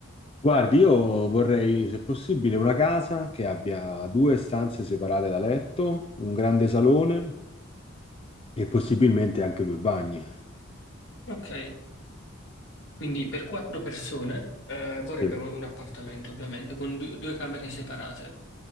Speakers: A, on the left; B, on the left.
A: Guardi, io vorrei, se possibile, una casa che abbia due stanze separate da letto, un grande salone e possibilmente anche due bagni.
B: Ok, quindi per quattro persone eh, vorrebbe
A: Sì.
B: un, un appartamento, ovviamente, con du- due camere separate.